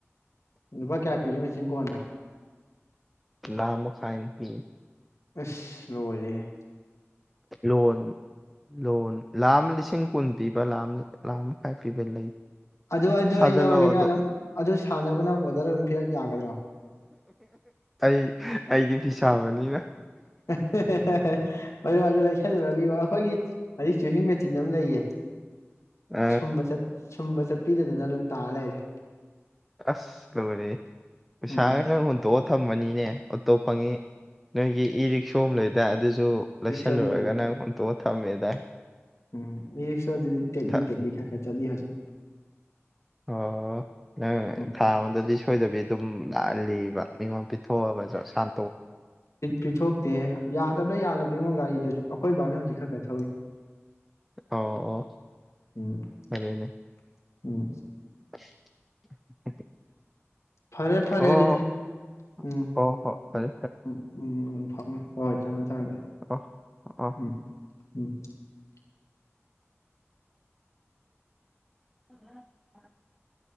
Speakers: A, on the left; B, in the centre.
A: ꯂꯨꯄꯥ ꯀꯌꯥ ꯄꯤꯒꯦ ꯃꯦꯆꯤꯟ ꯀꯣꯟ ꯗꯣ
B: ꯂꯥꯏ ꯑꯃꯈꯥꯏ ꯃꯨꯛ ꯄꯤ
A: ꯑꯁ ꯂꯣꯏꯔꯦꯍꯦ
B: ꯂꯣꯟ ꯂꯣꯟ ꯂꯥꯈ ꯑꯃ ꯂꯤꯁꯤꯡ ꯀꯨꯟ ꯄꯤꯕ ꯂꯥ ꯂꯥꯈ ꯃꯈꯥꯏ ꯄꯤꯕ ꯂꯩ
A: ꯑꯗꯨ ꯑꯗꯨ
B: ꯁꯥꯖꯜꯂꯣ
A: ꯑꯩ ꯂꯧꯔꯒꯦꯅ
B: ꯑꯗꯣ
A: ꯑꯗꯨꯝ ꯑꯗꯨ ꯁꯥꯟꯅꯕꯅ ꯑꯣꯔꯗꯔ ꯄꯤꯔꯛ ꯌꯥꯒꯗ꯭ꯔꯥ
B: ꯑꯩ ꯑꯩꯒꯤ ꯐꯤꯁꯥꯕꯅꯤꯅ
A: ꯍꯣ ꯑꯗꯨ ꯂꯩꯁꯜꯂꯨꯔꯒ ꯑꯩꯈꯣꯏꯒꯤ ꯑꯩꯆ ꯆꯨꯍꯤꯡ ꯃꯦꯆꯤꯟ ꯑꯃ ꯂꯩꯌꯦ
B: ꯑ
A: ꯁꯨꯝꯕ ꯆꯠ ꯁꯨꯝꯕ ꯆꯠꯄꯤꯗꯗꯅ ꯑꯗꯨꯝ ꯇꯥꯔ ꯂꯩꯔꯦ
B: ꯑꯁ ꯂꯣꯏꯔꯦꯍꯦ ꯄꯩꯁꯥꯅ
A: ꯎꯝ
B: ꯍꯨꯟꯇꯣꯛꯑ ꯊꯝꯃꯅꯤꯅꯦ ꯑꯇꯣꯞ ꯐꯪꯉꯤ ꯅꯣꯏꯒꯤ ꯏ ꯔꯤꯛꯁꯣ ꯑꯃ ꯂꯩꯗꯥꯏ ꯑꯗꯨꯁꯨ ꯂꯩꯁꯜꯂꯨꯔꯒ
A: ꯔꯤꯛꯁꯣꯁꯨ ꯂꯩ
B: ꯅꯪ ꯍꯨꯟꯇꯣꯛ ꯊꯝꯃꯦꯗꯥꯏ
A: ꯎꯝ ꯏꯔꯤꯛꯁꯣ ꯗꯨꯗꯤ ꯇꯦꯛꯂꯤ
B: ꯊ
A: ꯇꯦꯛꯂꯤ ꯈꯔ ꯈꯔ ꯆꯠꯂꯤ ꯍꯧꯖꯤꯛ
B: ꯑꯣ ꯅꯪ
A: ꯎꯝ
B: ꯊꯥ ꯑꯃꯗꯗꯤ ꯁꯣꯏꯗꯕꯤ ꯑꯗꯨꯝ ꯅꯥ ꯂꯤꯕ ꯃꯤꯉꯣꯟ ꯄꯤꯊꯣꯛꯑꯒꯁꯨ ꯁꯥꯟ
A: ꯄꯤꯊꯣꯛꯇꯦ ꯌꯥꯗꯕꯗ ꯌꯥꯗꯕꯗ ꯒꯔꯤꯗꯨꯁꯨ ꯑꯩꯈꯣꯏ ꯕꯥꯅ ꯍꯧꯖꯤꯛ ꯈꯔ ꯈꯔ ꯊꯧꯔꯤ
B: ꯑꯣ ꯑꯣ
A: ꯎꯝ
B: ꯐꯔꯦꯅꯦ
A: ꯎꯝ
B: <unintelligible>
A: ꯐꯔꯦ ꯐꯔꯦ
B: ꯑꯣ
A: ꯑꯗꯨꯗꯤ ꯎꯝ
B: ꯍꯣ ꯍꯣ ꯐꯔꯦ
A: ꯎꯝ ꯎꯝ ꯎꯝ ꯐꯝꯃꯦ <unintelligible> ꯍꯣꯏ ꯊꯝꯃꯦ ꯊꯝꯃꯦ ꯚꯥꯏ
B: ꯑ ꯑ
A: ꯎꯝ <unintelligible>
B: <unintelligible>